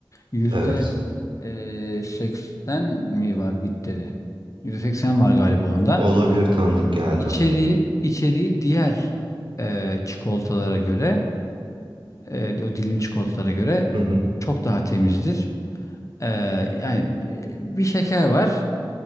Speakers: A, on the left; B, on the right.
A: yüzde
B: Evet
A: e, 80 mi var bitteri? Yüzde 80 var galiba onda.
B: olabilir tanıdık geldi.
A: İçeriği, içeriği diğer e, çikolatalara göre e, o dilim çikolatalara göre
B: Hı hı,
A: çok daha temizdir. Ee, yani bir şeker var.